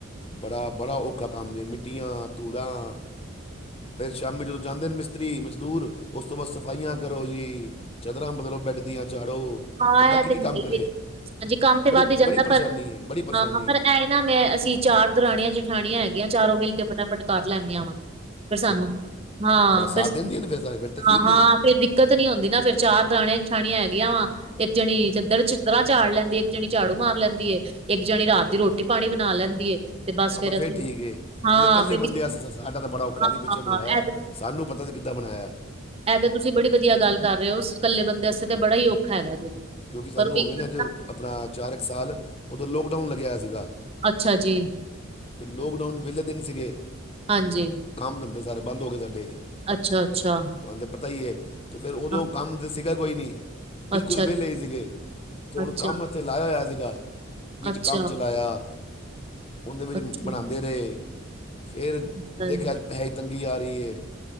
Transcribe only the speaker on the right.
ਹਾਂ
ਇਹ ਤੇ
ਹੈ
ਹੀ ਹਾਂਜੀ ਕੰਮ ਤੇ
ਵੱਧ
ਹੀ ਜਾਂਦਾ
ਪਰ
ਹਾਂ ਹਾਂ ਪਰ
ਨਾ ਮੈਂ ਅਸੀਂ ਚਾਰ ਦਰਾਣੀਆਂ ਜਠਾਣੀਆਂ ਹੈਗੀਆਂ ਚਾਰੋਂ ਮਿਲ ਕੇ ਫਟਾਫਟ ਕਰ ਲੈਂਦੀਆਂ ਵਾਂ ਫਿਰ
ਸਾਨੂੰ ਹਾਂ
ਫਿਰ
ਹਾਂ ਹਾਂ
ਫਿਰ ਦਿੱਕਤ ਨਹੀਂ ਹੁੰਦੀ ਨਾ ਫੇਰ ਚਾਰ ਦੁਰਾਣੀਆਂ ਜਠਾਣੀਆਂ ਹੈਗੀਆਂ ਵਾ ਇੱਕ ਜਣੀ ਚਿੱਦਰ ਚਿੱਦਰਰਾਾਂ ਚਾੜ ਲੈਂਦੀਏ ਇੱਕ ਜਣੀ ਝਾੜੂ ਮਾਰ ਲੈਂਦੀ ਏ ਇੱਕ ਜਣੀ ਰਾਤ ਦੀ ਰੋਟੀ ਪਾਣੀ ਬਣਾ ਲੈਂਦੀ ਏ ਤੇ ਬਸ
ਅਸੀਂ
ਹਾਂ
ਫਿਰ
ਹਾਂ
ਹਾਂ ਇਹ
ਇਹ ਤੇ ਤੁਸੀਂ ਬੜੀ ਵਧੀਆ ਗੱਲ ਕਰ ਰਹੇ ਹੋ ਇਕੱਲੇ ਬੰਦੇ ਵਸਤੇ ਤਾਂ ਬੜਾ ਹੀ ਔਖਾ ਹੈਗਾ ਜੀ
ਪਰ ਉਹ
ਇੱਕ
ਅੱਛਾ ਜੀ
ਹਾਂ ਜੀ।
ਅੱਛਾ - ਅੱਛਾ।
ਹਾਂ
ਅੱਛਾ
ਜੀ
ਅੱਛਾ
ਅੱਛਾ
ਅੱਛਾ
ਅੱਛਾ
ਜੀ